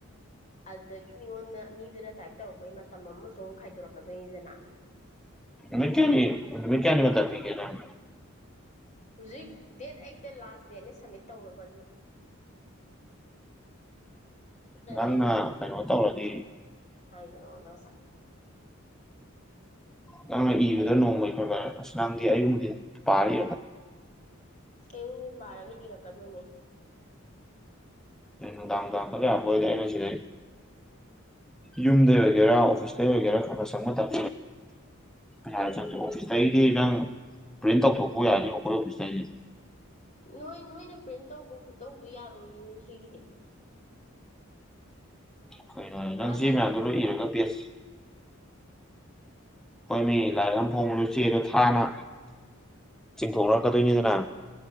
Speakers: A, on the left; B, in the centre.
A: ꯑꯗꯨꯗꯒꯤ ꯃꯤꯉꯣꯟꯗ ꯃꯤꯗꯨꯅ ꯇꯥꯏꯞ ꯇꯧꯔꯛꯄꯩ ꯃꯇꯝ ꯑꯃꯁꯨ ꯑꯃꯨꯛ ꯈꯥꯏꯗꯣꯔꯛꯀꯗꯣꯏꯅꯤꯗꯅ
B: ꯅꯨꯃꯤꯠ ꯀꯌꯥꯅꯤ ꯅꯨꯃꯤꯠ ꯀꯌꯥꯅꯤ ꯃꯇꯝ ꯄꯤꯒꯦ ꯅꯪ
A: ꯍꯧꯖꯤꯛ ꯗꯦꯠ ꯑꯩꯠꯇ ꯂꯥꯁ ꯗꯦꯠꯅꯦ ꯁꯝꯃꯤꯠ ꯇꯧꯅꯕ ꯑꯗꯨꯗ
B: ꯉꯪꯅ
A: ꯑꯩꯅ
B: ꯀꯩꯅꯣ ꯇꯧꯔꯗꯤ
A: ꯃꯅ
B: ꯅꯪꯅ ꯏꯕꯗ ꯅꯣꯡꯃꯩ ꯈꯔ ꯈꯔ ꯑꯁ ꯅꯪꯗꯤ ꯑꯌꯨꯝꯕꯗꯤ ꯄꯥꯔꯤ
A: ꯑꯌꯨꯛ ꯌꯦꯟ ꯥꯔꯒ ꯏꯔꯛꯀꯗꯣꯏꯅꯦ
B: ꯎꯝ ꯗꯥꯡ ꯇꯝ ꯀ ꯌꯥꯝꯕꯨꯣꯏꯗꯏ ꯃ ꯁꯤꯗꯦ ꯌꯨꯝꯗꯩ ꯑꯣꯏꯒꯦꯔꯥ ꯑꯣꯐꯤꯁꯇꯩ ꯑꯣꯏꯒꯦꯔꯥ ꯈꯔ ꯃ ꯆꯪꯕ ꯇꯔ ꯈꯔ ꯆ ꯑꯣꯐꯤꯁ ꯇ ꯄꯔꯤꯇꯞ ꯊꯣꯛꯄꯎ ꯌꯥꯅꯤꯈꯔꯣ ꯄꯤꯁꯥꯏ
A: ꯅꯣꯏ ꯅꯣꯏꯅ ꯄ꯭ꯔꯤꯟ ꯇꯧꯕ ꯈꯨꯠꯇꯧꯗꯨ ꯌꯥꯔꯣꯏꯌꯦ ꯁꯤꯒꯤꯗꯤ
B: ꯀꯩꯅꯣ
A: ꯄꯨꯔꯥ
B: ꯅꯪ ꯁꯤ
A: ꯂꯥꯏꯔꯤꯛ
B: ꯃꯌꯥꯝꯗꯨ ꯂ ꯏꯔꯒ ꯄꯦꯁꯤ ꯑꯩꯈꯣꯏ ꯃꯤ ꯂꯥꯏꯔꯤꯛ ꯑꯃ ꯐꯣꯡꯉꯁꯨ ꯆꯦꯔꯣ ꯊꯥꯅ ꯆꯤꯡꯊꯣꯛꯂꯛꯀꯗꯣꯏꯅꯤꯗꯅ